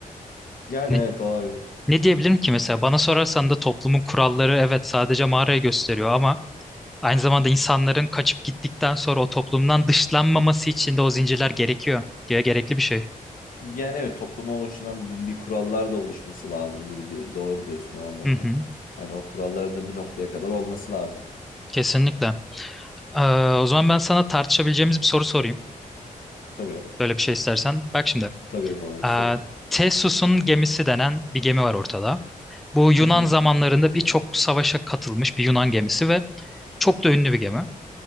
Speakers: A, on the left; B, in the centre.
A: Yani
B: Hani
A: evet ayrı.
B: ne diyebilirim ki mesela bana sorarsan da toplumun kuralları evet sadece mağarayı gösteriyor ama aynı zamanda insanların kaçıp gittikten sonra o toplumdan dışlanmaması için de o zincirler gerekiyor. Ge- Gerekli bir şey.
A: Yani evet toplumu oluşturan bu, bir kurallar da oluşması lazım gibi diyor. Doğru diyorsun o anlamda.
B: Hı hı,
A: Hani o kuralların da bir noktaya kadar olması lazım.
B: kesinlikle. Ee, o zaman ben sana tartışabileceğimiz bir soru sorayım.
A: Tabii.
B: Böyle bir şey istersen. Bak şimdi.
A: Tabii vallahi isterim.
B: Ee, Theseus'un gemisi denen bir gemi var ortada. Bu Yunan
A: Hı hı.
B: zamanlarında birçok savaşa katılmış bir Yunan gemisi ve Çok da ünlü bir gemi.